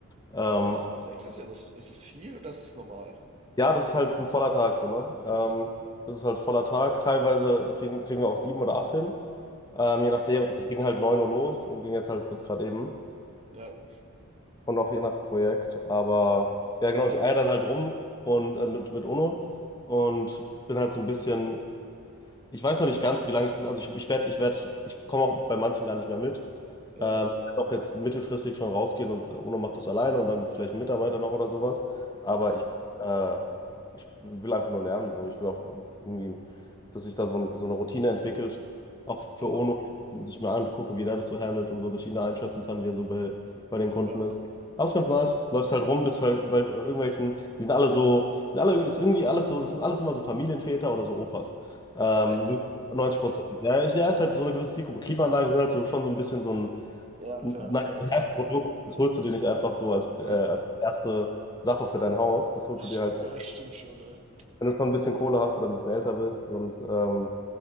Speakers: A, on the left; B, on the right.
A: Ähm,
B: Boah, sechs ist ja das. Ist es viel oder ist es normal?
A: ja, das ist halt ein voller Tag, so, ne? Ähm, das ist halt voller Tag. Teilweise kriegen, kriegen wir auch sieben oder acht hin. Ähm, je
B: Krass.
A: nachdem, wir gingen halt 9 Uhr los und gingen jetzt halt bis gerade eben.
B: Ja,
A: Und auch je nach Projekt. Aber ja, genau, ich eier dann halt rum und äh, mit, mit UNO und bin halt so ein bisschen ich weiß noch nicht ganz, wie lange ich das, also ich, ich werde, ich werde, ich komme auch bei manchen gar nicht mehr mit.
B: ja,
A: Ähm, ich werd auch jetzt mittelfristig schon rausgehen und UNO macht das alleine und dann vielleicht ein Mitarbeiter noch oder sowas. Aber
B: ja,
A: ich, äh, ich will einfach nur lernen, so. Ich will auch irgendwie, dass sich da so, ein, so eine Routine entwickelt, auch für
B: ja,
A: UNO, dass ich mir angucke, wie der das so handelt und so, dass ich ihn da einschätzen kann, wie er so bei, bei den Kunden
B: ja.
A: ist. Aber ist ganz nice. Läufst halt rum, bis bei, bei irgendwelchen, die sind alle so, sind alle, ist irgendwie alles so, das sind alles immer so Familienväter oder so Opas. Ähm,
B: Echt?
A: wirklich 90
B: <laughs>
A: Prozent. Ja, ich, ja, ist halt so eine gewisse Zielgruppe. Klimaanlagen sind halt so, schon so ein bisschen so ein
B: Ja,
A: Nice-to-have-Produkt.
B: fair, fair, fair.
A: Das holst du dir nicht einfach so als, äh,
B: Ja,
A: als erste Sache für dein Haus. Das holst
B: <laughs>
A: du dir halt,
B: ja stimmt schon, ja.
A: wenn du schon ein bisschen Kohle hast oder ein bisschen älter bist. Und ähm,